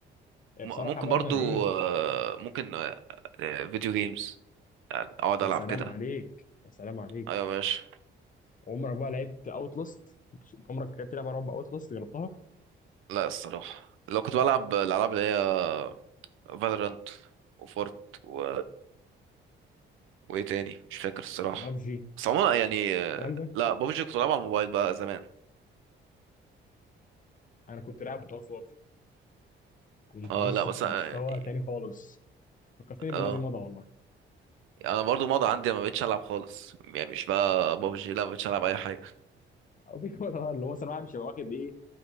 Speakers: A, on the left; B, on the right.
A: آه،
B: م-
A: بصراحه
B: ممكن
A: برضه
B: برضو
A: انا ايه
B: آه، ممكن آه، آه، فيديو جيمز يعني أقعد
A: يا
B: ألعب
A: سلام
B: كده
A: عليك يا سلام عليك
B: أيوة يا باشا
A: عمرك بقى لعبت اوت لاست عمرك لعبت لعبه رعب اوت لاست جربتها
B: لا الصراحة لو كنت بلعب الألعاب اللي هي فالورانت وفورت و... وإيه تاني مش فاكر الصراحة
A: بابجي
B: بس عموما يعني آه،
A: الكلام ده
B: لا بابجي كنت بلعبها على الموبايل بقى زمان
A: انا كنت لاعب بطل في بابجي كنت
B: اه
A: بص
B: لا بس
A: في
B: آه،
A: مستوى
B: يعني
A: تاني خالص فكرتني
B: اه
A: بالذي مضى والله
B: انا برضو ماضي عندي ما بقتش العب خالص يعني مش بقى بابجي لا ما بقتش العب اي حاجه
A: أو بي- والله اللي هو مثلا واحد مش هيبقى واخد ايه